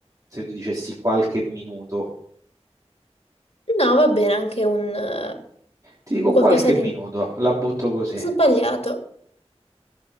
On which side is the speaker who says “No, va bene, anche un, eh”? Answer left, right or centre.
Left